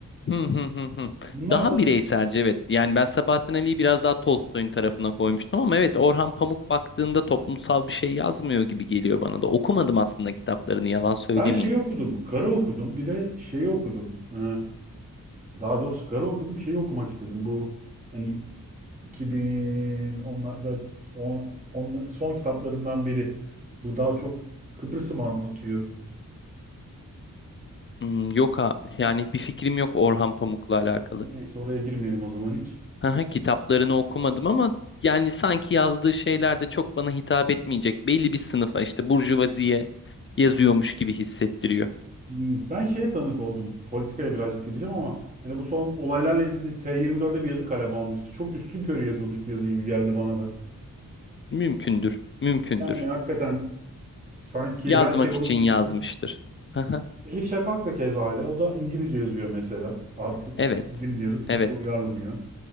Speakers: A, on the left (about 35°); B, on the right (about 25°).
A: Hı hı hı hı.
B: Bunlar
A: Daha
B: da
A: bireyselce evet. Yani ben Sebahattin Ali'yi biraz daha Tolstoy'un tarafına koymuştum ama evet Orhan Pamuk baktığında toplumsal bir şey yazmıyor gibi geliyor bana da. Okumadım aslında kitaplarını yalan söylemeyeyim.
B: ben şeyi okudum. Kara okudum. Bir de şeyi okudum. Ee, Daha doğrusu kara okudum. Şeyi okumak istedim. Bu hani 2010'larda on, on- son kitaplarından biri. Bu daha çok Kıbrıs'ı mı anlatıyor?
A: Hmm, yok ha yani bir fikrim yok Orhan Pamuk'la alakalı.
B: Neyse oraya girmeyelim o zaman hiç.
A: Haha, kitaplarını okumadım ama yani sanki yazdığı şeyler de çok bana hitap etmeyecek. Belli bir sınıfa işte burjuvaziye yazıyormuş gibi hissettiriyor.
B: Hmm, Ben şeye tanık oldum. Politikaya birazcık gireceğim ama hani bu son olaylarla ilgili T24'de bir yazı kaleme almıştı. Çok üstünkörü yazılmış bir yazı gibi geldi bana da.
A: Mümkündür, mümkündür.
B: Yani hakikaten sanki
A: Yazmak
B: her şey olup
A: için yazmıştır.
B: bitmiş.
A: Haha,
B: Elif Şafak da keza öyle. O da İngilizce yazıyor mesela artık.
A: Evet,
B: İngilizce yazıp
A: evet.
B: Türkçe uyarlanıyor.